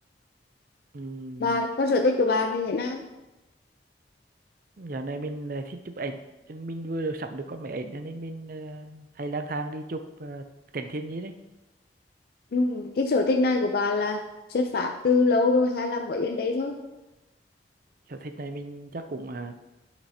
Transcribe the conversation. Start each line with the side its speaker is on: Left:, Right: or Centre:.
Right: Ừm,
Left: bạn có sở thích của bạn thì thế nào
Right: dạo này mình lại thích chụp ảnh, Cho nên mình vừa được sắm được con máy ảnh cho nên mình ờ, hay lang thang đi chụp ờ, cảnh thiên nhiên đấy.
Left: ừ, cái sở thích này của bạn là xuất phát từ lâu rồi hay là mới đến đấy thôi
Right: Sở thích này mình chắc cũng ờ,